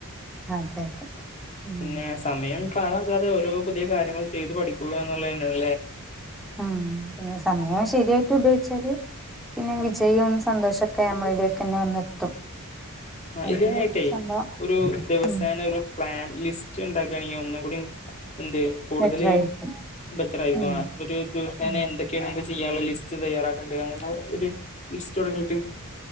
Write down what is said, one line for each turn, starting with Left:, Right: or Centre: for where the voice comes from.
Centre: അതെ അതെ ഉം
Left: പിന്നെ സമയം പാഴാക്കാതെ ഓരോ പുതിയ കാര്യങ്ങൾ ചെയ്ത് പഠിക്കുക എന്നുള്ളതന്നെയല്ലേ
Centre: ഉം പിന്നെ സമയാഷ് ശരിയായിട്ട് ഉപയോഗിച്ചാല് പിന്നെ വിജയും സന്തോഷൊക്കെ നമ്മളിലേക്കന്നെ വന്നെത്തും
Left: ആ
Centre: ഒരു
Left: ഇതിനായിട്ടെ
Centre: സംഭവം
Left: ഒരു ദിവസേന
Centre: ഉം
Left: ഒരു പ്ലാൻ ലിസ്റ്റ് ഇണ്ടാക്കാണെങ്കി ഒന്നു കുടിം എന്ത് കൂടുതൽ
Centre: ബെറ്റർ ആയിരിക്കും
Left: ബെറ്ററായിരിക്കും
Centre: ഉം
Left: അ ഒരു ഒരുദിവസേനെ
Centre: ഉം
Left: എന്തെക്കേണ്ണ് ചെയ്യാനുള്ള ലിസ്റ്റ് തയ്യാറാക്കേണ്ട അങ്ങനത്തെ ഒരു ലിസ്റ്റ് തുടങ്ങീട്ട്